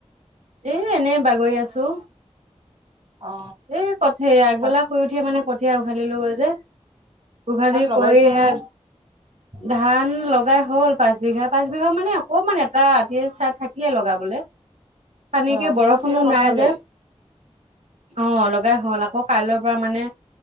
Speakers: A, on the right; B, on the right.
A: এ এনে বাগৰি আছো।
B: অ
A: এই কঠেই আগবেলা
B: ধান
A: শুই উঠিয়ে মানে কঠীয়াা উঘালিলো গৈ যে উঘালী
B: ধান লগাইছে
A: কৰি হেইয়া
B: নে
A: ধান লগাই হল পাঁচ বিঘা পাঁচ বিঘা মানে অকমান এটা আতি চাই থাকিলে লগাবলে। সানীকে
B: অ
A: বৰষুণো
B: পাঁচ বিঘা লগা
A: নাই
B: হলেই
A: যে অ', লগাই হল আকৌ কাইলৈৰ পৰা মানে